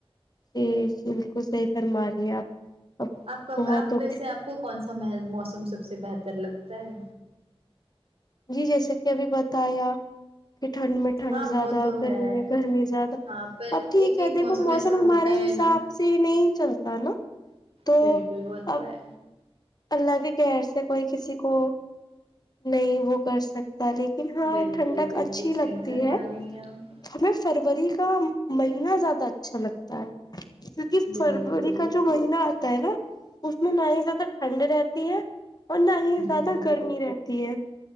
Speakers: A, on the left; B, on the right.
A: جی جی بالکل صحیح فرما رہی ہے آپ اب
B: آپ کا
A: بہت
B: آپس
A: ہو
B: آپ کو کون سا موسم سب سے بہتر لگتا ہے
A: جی جیسے کہ ابھی بتایا کہ ٹھنڈ میں ٹھنڈ
B: ہاں
A: زیادہ
B: وہ تو ہے
A: گرمی میں گرمی زیادہ
B: ہاں پر
A: اب ٹھیک
B: ایک
A: ہے
B: ایک
A: دیکھو موسم
B: ایسا ہوتا
A: ہمارے
B: ہے
A: حساب
B: نا
A: سے نہیں چلتا ہے نا تو
B: بالکل وہ تو
A: اب
B: ہے
A: اللہ کے کہر سے کوئی کسی کو نہیں وہ کر سکتا لیکن ہاں
B: بالکل
A: ٹھنڈک
B: بالکل
A: اچھی
B: صحیح
A: لگتی
B: فرما
A: ہے
B: رہی ہیں آپ
A: ہمیں فروری کا مہینہ زیادہ اچھا لگتا ہے کیونکہ
B: بالکل
A: فروری کا جو مہینہ آتا ہے نا اس میں نہ ہی زیادہ ٹھنڈ رہتی ہے اور نہ ہی
B: جی
A: زیادہ
B: جی
A: گرمی رہتی ہے